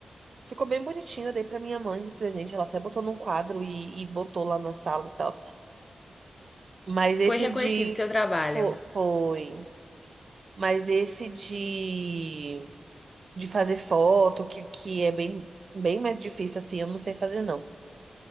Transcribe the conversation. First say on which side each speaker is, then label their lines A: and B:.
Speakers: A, on the right; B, on the left.
A: Ficou bem bonitinho, eu dei pra minha mãe de presente. Ela até botou num quadro e, e botou lá na sala e tal. Mas
B: foi
A: esses
B: reconhecido
A: de.
B: seu trabalho.
A: fo- Foi. Mas esse de. De fazer foto, que, que é bem, bem mais difícil assim, eu não sei fazer não.